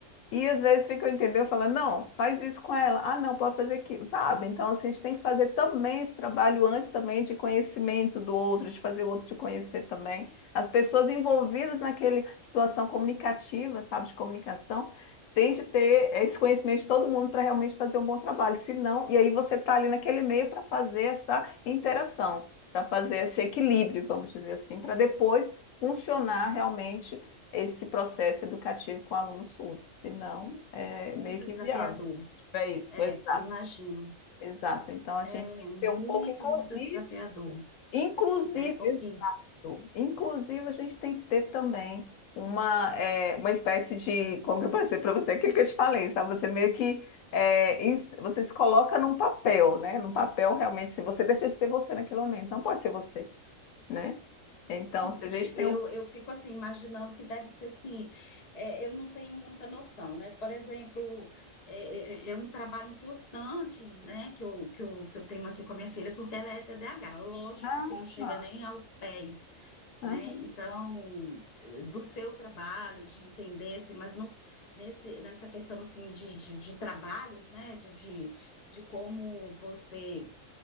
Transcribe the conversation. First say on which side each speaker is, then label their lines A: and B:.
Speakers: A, on the left; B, on the left.
A: E às vezes fica, entendeu? Fala, não, faz isso com ela. Ah, não, pode fazer aquilo, sabe? Então, assim, a gente tem que fazer também esse trabalho antes também de conhecimento do outro, de fazer o outro te conhecer também. As pessoas envolvidas naquela situação comunicativa, sabe, de comunicação, tem de ter esse conhecimento de todo mundo para realmente fazer um bom trabalho. Se não, e aí você está ali naquele meio para fazer essa interação, para fazer esse equilíbrio, vamos dizer assim, para depois funcionar realmente esse processo educativo com aluno surdo, senão é
B: Muito
A: meio que
B: desafiador,
A: inviável. Se tiver isso,
B: é,
A: exato,
B: imagino.
A: exato. Então a
B: É
A: gente tem que
B: muito,
A: ter um pouco inclusive,
B: muito desafiador,
A: inclusive,
B: né? Porque
A: exato. Inclusive a gente tem que ter também uma, é, uma espécie de, como que eu posso dizer para você, aquilo que eu te falei, sabe? Você meio que é, ins- você se coloca num papel, né? Num papel realmente, se você deixa de ser você naquele momento, não pode ser você, né?
B: Exatamente.
A: Então, se a gente tem
B: Eu,
A: um.
B: eu fico assim, imaginando que deve ser assim. é, eu não tenho muita noção, né? Por exemplo, é, é- é é um trabalho constante, né? Que eu, que eu, que eu tenho aqui com a minha filha, porque ela é TDAH, lógico
A: Ah,
B: que não chega
A: ah,
B: nem aos pés, né?
A: ah.
B: Então, eh, do seu trabalho, de entender, assim, mas no, nesse, nessa questão assim de, de, de trabalhos, né? De, de, de como você